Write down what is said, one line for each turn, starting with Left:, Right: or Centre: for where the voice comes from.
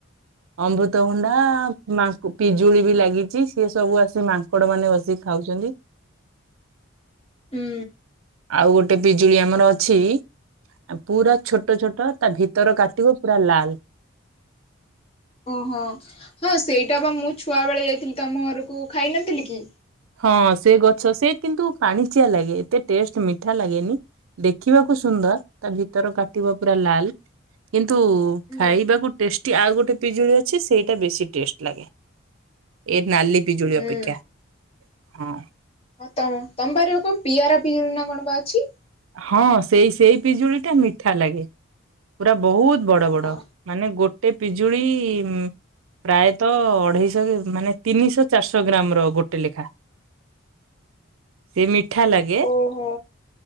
Right: ଅମୃତଭଣ୍ଡା,
Left: ଉଁ
Right: ମାଙ୍କ ପିଜୁଳି ବି ଲାଗିଚି, ସିଏ ସବୁ ଆସି ମାଙ୍କଡମାନେ ବସି ଖାଉଚନ୍ତି।
Left: ହୁଁ।
Right: ଆଉ ଗୋଟେ ପିଜୁଳି ଆମର ଅଛି ଆ ପୁରା ଛୋଟ ଛୋଟ, ତା ଭିତର କାଟିବ ପୁରା ଲାଲ୍।
Left: ଓହୋ। ହଁ ସେଇଟା ବା ମୁଁ ଛୁଆବେଳେ ଯାଇଥିଲି ତମ ଘରକୁ ଖାଇନଥିଲି କି?
Right: ହଁ ସେ ଗଛ ସେ କିନ୍ତୁ ପାଣିଚିଆ ଲାଗେ, ଏତେ ଟେଷ୍ଟ ମିଠା ଲାଗେନି ଦେଖିବାକୁ ସୁନ୍ଦର, ତା ଭିତର କାଟିବ ପୁରା ଲାଲ୍, କିନ୍ତୁ
Left: ହୁଁ
Right: ଖାଇବାକୁ ଟେଷ୍ଟି ଆଉ ଗୋଟେ ପିଜୁଳି ଅଛି ସେଇଟା ବେଶୀ ଟେଷ୍ଟ ଲାଗେ। ଏ ନାଲି ପିଜୁଳି
Left: ହୁଁ
Right: ଅପେକ୍ଷା। ହଁ।
Left: ହଁ ତମ-ତମ ବାରିରେ କଣ ପିଆରା ପିଜୁଳି ନା କଣ ବା ଅଛି?
Right: ହଁ, ସେଇ ସେଇ ପିଜୁଳିଟା ମିଠା ଲାଗେ। ପୁରା ବହୁତ୍ ବଡ ବଡ।
Left: ଓହୋ
Right: ମାନେ ଗୋଟେ ପିଜୁଳି ଉମ୍ ପ୍ରାୟତଃ ଅଢେଇଶହ ମାନେ ତିନିଶହ ଚାରିଶହ ଗ୍ରାମର ଗୋଟେ ଲେଖା। ସେ ମିଠା ଲାଗେ
Left: ଓହୋ।